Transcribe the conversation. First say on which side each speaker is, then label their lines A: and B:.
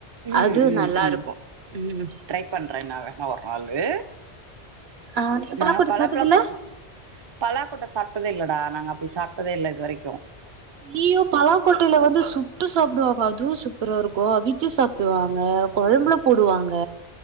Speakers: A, on the right; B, on the right.
A: ம்
B: அது
A: ம்
B: நல்லா
A: ம்
B: இருக்கு ம்
A: ட்ரை பண்ற நா வேணா ஒரு நாள் ளு
B: ஆ நீங்க பலாக்கோட்ட
A: நாங்க பலாப்பழக்
B: சாப்ட்டதில்ல
A: பலாக்கொட்ட சாப்டதே இல்லடா நாங்கப் அப்டி சாப்டதே இல்லைன இது வரைக்கு
B: லீயு பலாக்கொட்டையில வந்து சுட்டு சாப்புடுவாங்க அதுவுஸ் சூப்பரா இருக்கு அவிச்சு சாப் சுடுவாங்க கொழம்புல போடுவாங்க